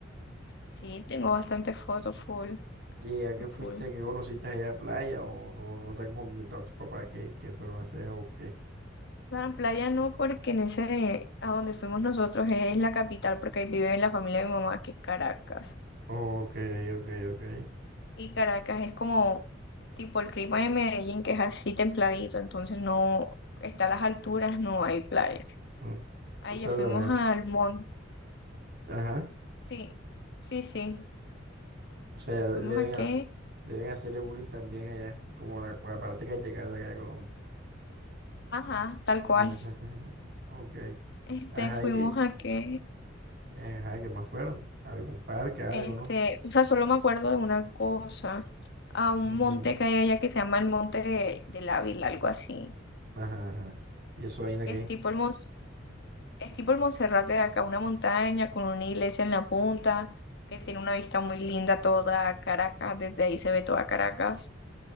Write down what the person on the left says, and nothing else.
Sí, tengo bastantes fotos full,
full,
full.
La playa no, porque en ese, a donde fuimos nosotros es la capital, porque ahí vive la familia de mi mamá, que es Caracas.
Y Caracas es como tipo el clima de Medellín, que es así templadito, entonces no está a las alturas, no hay playa.
Ahí
ya fuimos
al monte.
Sí, sí, sí.
Fuimos
a qué.
Ajá, tal cual.
Este,
fuimos
a qué.
Este,
o sea, solo me acuerdo de una cosa. A un
monte que hay allá que se llama el Monte de, del Ávila, algo así.
Que
es tipo el monte. Es tipo el Monserrate de acá, una montaña con una iglesia en la punta, que tiene una vista muy linda toda Caracas, desde ahí se ve toda Caracas.